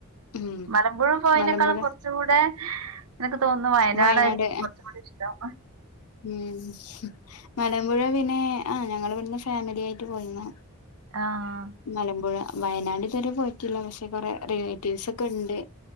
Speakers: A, on the left (about 80°); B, on the right (about 80°).
A: ഉം
B: മലമ്പുഴ പോയേനെക്കാളും
A: മലമ്പുഴ
B: കൊറച് ച്ചൂടെ എനക്ക് തോന്ന്ന്നു വയനാടാരിക്കും
A: വയനാട്
B: കൊറച്ചുംകൂടെ ഇഷ്ടം.
A: ഉം മലമ്പുഴ പിന്നെ ആഹ് ഞങ്ങളിവിടുന്ന് ഫാമിലി ആയിട്ട് പോയീന്നു.
B: ആഹ്
A: മലമ്പുഴ വയനാട് ഇതുവരെ പോയിട്ടില്ല പക്ഷെ കൊറെ റിലേറ്റീവ്സ് ഒക്കെ ണ്ട്.